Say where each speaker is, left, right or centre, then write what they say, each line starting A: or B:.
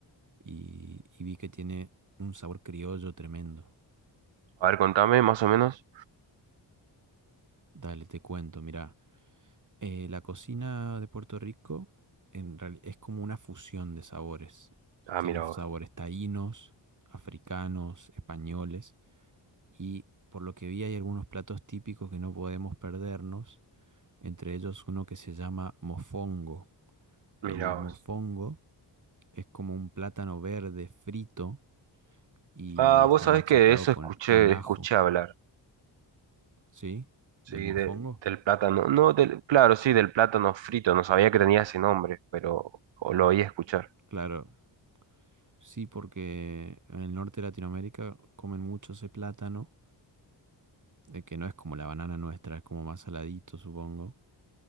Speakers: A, on the right; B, on the right.
A: y, y vi que tiene un sabor criollo tremendo.
B: A ver, contame más o menos.
A: Dale, te cuento, mira, eh, la cocina de Puerto Rico en reali- es como una fusión de sabores.
B: Ah,
A: Tiene
B: mira
A: sabores
B: vos,
A: taínos, africanos, españoles y por lo que vi hay algunos platos típicos que no podemos perdernos, entre ellos uno que se llama mofongo. El
B: mira vos.
A: mofongo es como un plátano verde frito y
B: Ah,
A: está
B: vos sabés
A: machacado
B: que de eso
A: con,
B: escuché,
A: con ajo,
B: escuché hablar.
A: ¿sí?
B: Sí,
A: Del mofongo.
B: de- del plátano. No, del, claro, sí, del plátano frito. No sabía que tenía ese nombre, pero o lo oí escuchar.
A: Claro, sí, porque en el norte de Latinoamérica comen mucho ese plátano, eh, que no es como la banana nuestra, es como más saladito, supongo.